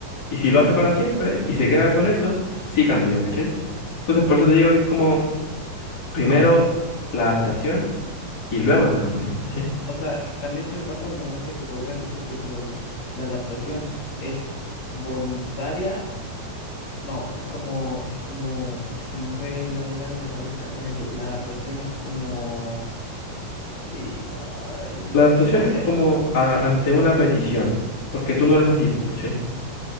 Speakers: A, on the left; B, on the left.
A: Y si lo hace para siempre y se queda con eso, sí cambió, ¿cachai? Entonces por eso te digo que es como primero la adaptación y luego el cambio, ¿cachai?
B: O sea, también se me pasa por la mente que podrías decir que como que la adaptación es voluntaria No, es como, es como, pucha, se me fue la idea de la cabeza, era que la adaptación es como, y, ah, no
A: La adaptación es
B: sé,
A: como a- ante una petición, porque tú no eres así, pues, ¿cachai?